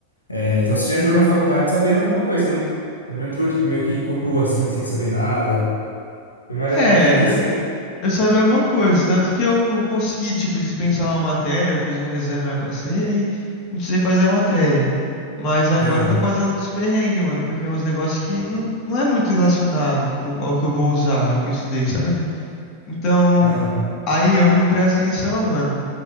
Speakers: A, on the left (about 75°); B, on the left (about 35°).
A: É, então você já entrou na faculdade sabendo alguma coisa, né? Você não entrou, tipo, meio que cru, assim, sem saber nada. Foi mais,
B: É,
A: mais ou menos assim, né?
B: Eu sabia alguma coisa, tanto que eu consegui, tipo, dispensar uma matéria, eu fiz um exame, aí eu passei, aí não precisei fazer a matéria. Mas agora
A: Aham,
B: eu tô fazendo uns perrengues, mano, porque é uns negócios que não, não é muito relacionado que eu- ao que eu vou usar, ao que eu estudei, sabe? Então,
A: aham.
B: aí eu não presto atenção, mano,